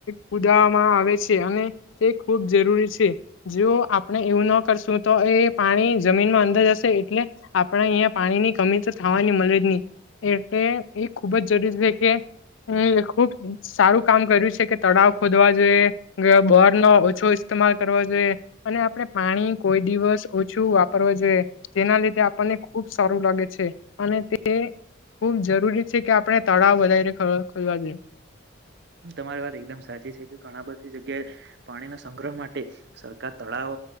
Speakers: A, on the left (about 70°); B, on the right (about 55°).
A: કુદવામાં આવે છે અને તે ખૂબ જરૂરી છે જે આપણે એવું ન કરશું તો એ પાણી જમીનમાં અંદર જશે એટલે આપણે અહિયાય પાણી ની કમી તો થવાની મળ એટલે એ ખુબ જ જરૂરી છે કે ખબાર કામ કર્યું છે કે તળાવ ખોદવા જોઈએ બાર નો ઓછો ઇસ્તેમાલ કરવો જોઈએ અને આપડણે પાણી કોઈ દિવસ ઓછું વાપરવાએ જેના લીધે આપણને ખુબ સારું લાગે છે અને તે હુબ જરૂરી છે કે આપણે તળાવ વધારીને ખોલવા જોઈએ
B: તમારી વાત એકદમ સાચી છે કે ઘણા બધી જગ્યાએ પાણીના સંગ્રહ માટે સરકાર તળાવ